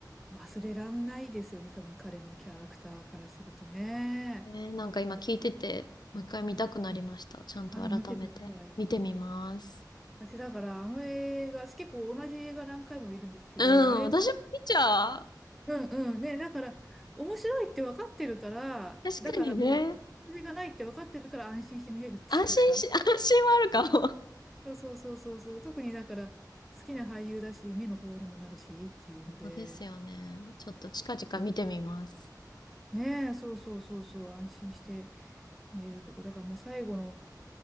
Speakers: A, in the centre; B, on the left (about 70°).
A: う忘れらんないですよね。多分彼のキャラクターからするとね。
B: ね、なんか今聞いてて、もう一回見たくなりました。ちゃんと改めて。
A: あら、見てください。
B: 見てみます。
A: 私だからあの映画、結構同じ映画何回も見るんですけど、
B: うん、
A: あれ、
B: 私も見ちゃう。
A: うんうんね。だから面白いって分かってるから、
B: 確かにね。
A: だからもう、外れがないって分かってるから安心して見れるっていうか。
B: 安心し、安心はあるかも。
A: そうそうそうそうそう。特にだから好きな俳優だし、目の保養にもなるしっていうので、
B: そうですよね。ちょっと近々見てみます。
A: そうねえ、そうそうそうそう、安心して。見えるとこ。だからもう最後の、